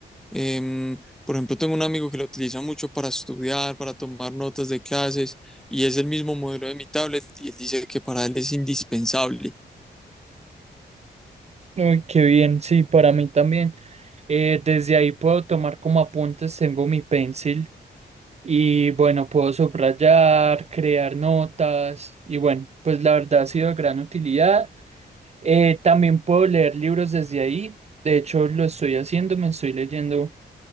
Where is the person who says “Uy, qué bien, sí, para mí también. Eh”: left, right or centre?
Right